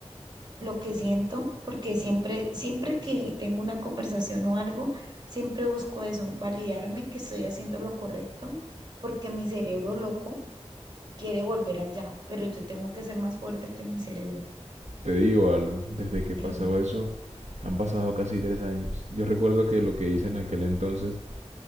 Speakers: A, on the right; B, on the right.
A: lo que siento, porque siempre, siempre que tengo una conversación o algo, siempre busco eso, validarme que estoy haciendo lo correcto, porque mi cerebro loco quiere volver allá, pero yo tengo que ser más fuerte que mi cerebro.
B: Te digo algo, desde que pasó
A: Dime.
B: eso han pasado casi tres años. Yo recuerdo que lo que hice en aquel entonces,